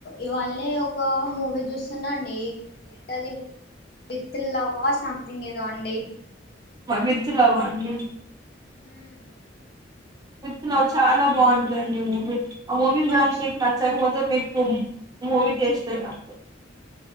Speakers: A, on the left; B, on the right.
A: ఇవాళ ఒక మూవీ చూస్తున్నాండి ఏంటిది వి ిల్లవా సంథింగ్ ఇదో అండి
B: <unintelligible> లవ్ అవ్వండి
A: హ్మ్మ్
B: వలో చాలా బాగుంటందండి మూవీ ఆ మూవీలు
A: మీరు
B: గానీ మీకు నచ్చకపోతే మీకు మూవీ టేస్ట్ లేనట్టుంది